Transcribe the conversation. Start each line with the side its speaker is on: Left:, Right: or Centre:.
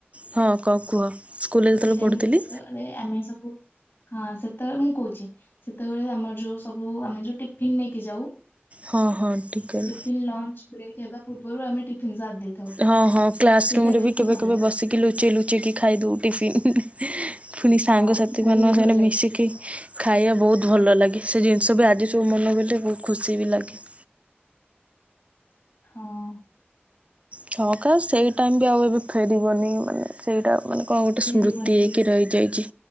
Right: ହଁ କଣ କୁହ? ସ୍କୁଲରେ ଯେତେବେଳେ
Left: ସେଇ ଟାଇମର
Right: ପଢୁଥିଲି
Left: ଯେତେବେଳେ ଆମେ ସବୁ ହଁ ସେତେବେଳେ ମୁଁ କହୁଛି ସେତେବେଳେ ଆମର ଯୋଉ ସବୁ ଆମେ ଯୋଉ ଟିଫିିନ ନେଇକି ଯାଉ
Right: ହଁ ହଁ ଠିକ କହିଲ।
Left: ଟିଫିନ୍ ଲଞ୍ଚ ବ୍ରେକ୍ ହେବା ପୂର୍ବରୁ ଆମେ ଟିଫିନ ଦେଇଥାଉ
Right: ହଁ ହଁ କ୍ଲାସ
Left: ସେଇଟା
Right: ରୁମ ରେ
Left: ବେଶୀ
Right: ବି କେବେ
Left: ଭଲ
Right: କେବେ
Left: ଲାଗେ।
Right: ବସିକି ଲୁଚେଇ ଲୁଚେଇକି ଖାଇଦଉ ଟିଫନ୍। ପୁଣି
Left: ହଁ
Right: ସାଙ୍ଗସାଥି
Left: ବହୁତ
Right: ମାନଙ୍କ
Left: ଭଲ
Right: ସାରେ
Left: ଲାଗେ
Right: ମିଶିକି
Left: ସେଇଗୁଡା ସବୁ
Right: ଖାଇବା ବହୁତ ଭଲ ଲାଗେ ସେ ଜିନିଷ ବି ଆଜି ସବୁ
Left: ବଢିଆ
Right: ମନ
Left: ଲାଗେ
Right: ବୋ ବହୁତ ଖୁସି ବି ଲାଗେ।
Left: ହଁ।
Right: ଛକା ସେଇ ଟାଇମ ବି ଆଉ ଏବେ ଫେରିବନି ମାନେ ସେଇଟା ମାନେ କଣ ଗୋଟେ
Left: ଫେରିବନି
Right: ସ୍ମୃତି ହେଇକି
Left: ବି।
Right: ରହିଯାଇଛି।